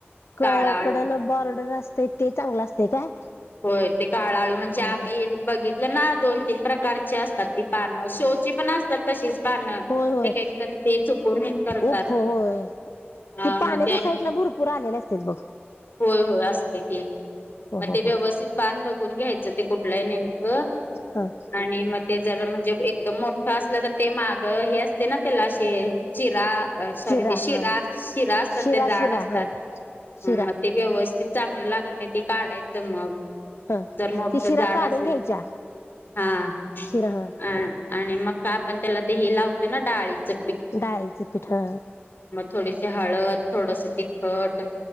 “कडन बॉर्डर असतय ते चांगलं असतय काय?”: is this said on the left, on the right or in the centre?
Left